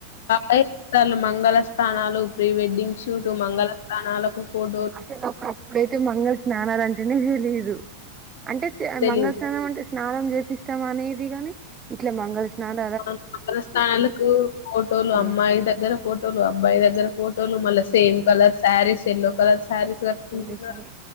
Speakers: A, on the left (about 55°); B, on the right (about 20°).
A: చేస్తులు మంగళ స్థానాలు ప్రీ వెడ్డింగ్ షూట్ మంగళ స్థానాలకు ఫోట
B: అసలు ఒక అప్పుడైతే మంగళ స్నానాలు అంటేనే తెలీదు అంటే
A: తెలి
B: మంగళ స్నానం అంటే స్నానం చేపిస్తాం అనేది కాని ఇట్లా మంగళస్నానం
A: మంగళ స్థానాలకు ఫోటోలు
B: ఉమ్,
A: అమ్మాయి దగ్గర ఫోటోలు అబ్బాయి దగ్గర ఫోటో లు మళ్ల same colour saris yellow colour saris కట్టుకుంటున్నారు
B: ఏంది ఈసారి